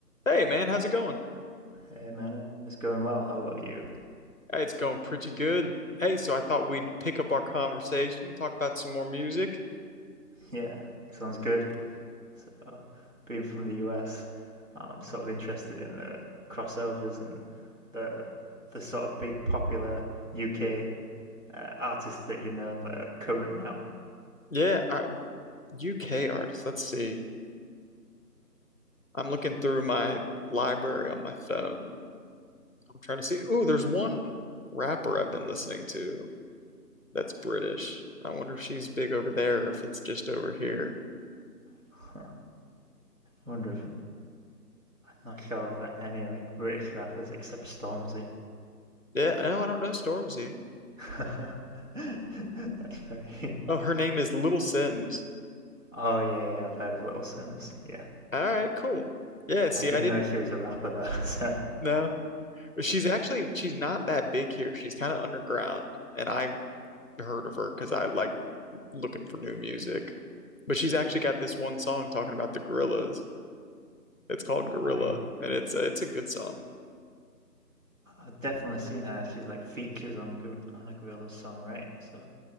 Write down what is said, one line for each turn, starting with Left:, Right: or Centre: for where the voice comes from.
Left: Hey man, how's it going?
Right: Hey man, it's going well. How about you?
Left: Hey, it's going pretty good. Hey, so I thought we'd pick up our conversation, talk about some more music.
Right: Yeah, sounds good. So, being from the US, I'm sort of interested in the crossovers and the the sort of big popular UK uh, artists that you know that are current now.
Left: Yeah, I, UK artists. Let's see. I'm looking through my library on my phone. I'm trying to see. Ooh, there's one rapper I've been listening to that's British. I wonder if she's big over there or if it's just over here.
Right: <laughs> I wonder if not sure of any like British rappers except Stormzy.
Left: Yeah, no, I don't know Stormzy.
Right: <laughs> That's funny. <laughs>
Left: Oh, her name is Little Sims.
Right: Oh yeah, yeah, I've heard of Little Sims. Yeah,
Left: All right, cool. Yeah, see,
Right: I didn't
Left: I didn't
Right: know she was a rapper though. <laughs> So.
Left: know. She's actually she's not that big here. She's kind of underground, and I heard of her because I like looking for new music. But she's actually got this one song talking about the gorillas. It's called Gorilla,
Right: Oh yeah,
Left: and it's a, it's a good song.
Right: I've definitely seen her. She's like features on on a Gorilla's song, right? So